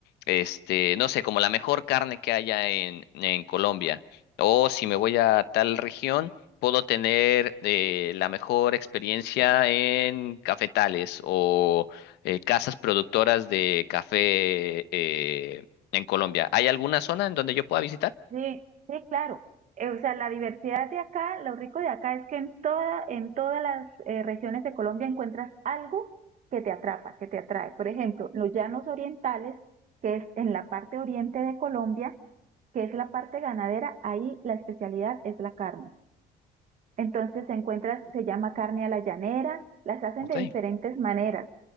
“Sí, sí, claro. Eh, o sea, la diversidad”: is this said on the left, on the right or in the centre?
Right